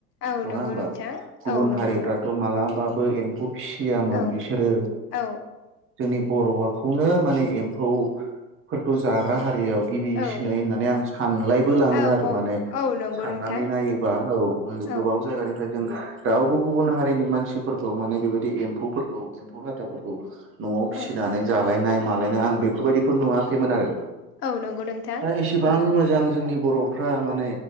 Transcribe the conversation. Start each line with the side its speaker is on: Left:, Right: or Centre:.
Left: औ
Right: नङा
Left: नंगौ
Right: होमबा
Left: नोंथां।
Right: गुबुन
Left: औ नंगौ
Right: हारिफ्राथ' मालाबाबो एम्फौ फिसियामोन
Left: औ
Right: बिसोरो
Left: औ
Right: जोंनि बर'खौनो माने एम्फौफोरखौ जाग्रा हारियाव गिबि
Left: औ
Right: सिनाय होननानै आं सानलायबो लाङो
Left: औ
Right: आरो
Left: औ
Right: माने
Left: औ नंगौ
Right: साननानै
Left: नोंथां
Right: नायोबा औ गो-गोबाव
Left: औ
Right: जायगानिफ्राय जों
Left: औ
Right: रावबो गुबुन हारिनि मानसिफोरखौ माने बेबायदि एम्फौफोरखौ एम्फौ लाथाफोरखौ। न'आव फिसिनानै
Left: औ
Right: जालायनाय मालायनाय आं बेफोरबायदिखौ नुवाखैमोन आरो।
Left: औ नंगौ नोंथां
Right: दा एसेबां
Left: औ
Right: मोजां जोंनि बर'फ्रा माने